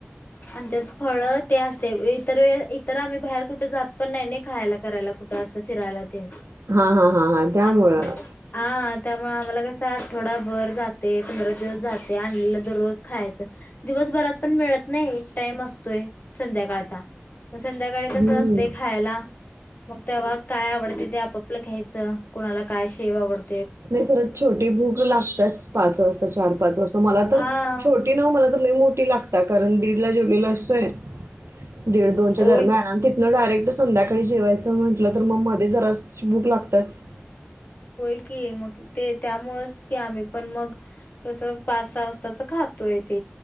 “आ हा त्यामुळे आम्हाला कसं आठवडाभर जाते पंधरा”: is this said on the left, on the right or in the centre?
Left